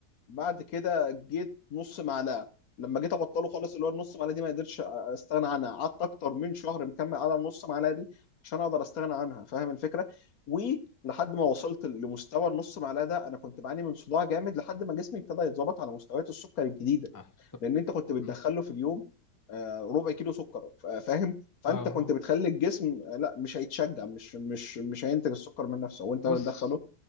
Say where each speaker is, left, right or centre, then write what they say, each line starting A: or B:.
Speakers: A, on the left; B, on the left.
A: بعد كده جيت نص معلقه لما جيت ابطله خالص اللي هو النص معلقه دي ما قدرتش استغنى عنها قعدت اكتر من شهر مكمل على النص معلقه دي عشان اقدر استغنى عنها فاهم الفكره ولحد ما وصلت لمستوى النص معلقه ده انا كنت بعاني من صداع جامد لحد ما جسمي ابتدى يتظبط على مستويات السكر الجديده
B: اه طب
A: لان انت كنت بتدخله
B: مم.
A: في اليوم آه، ربع كيلو سكر فا- فاهم فانت
B: اه آه.
A: كنت بتخلي الجسم آه، لا مش هيتشجع مش مش مش هينتج السكر من نفسه وانت
B: بص
A: بتدخله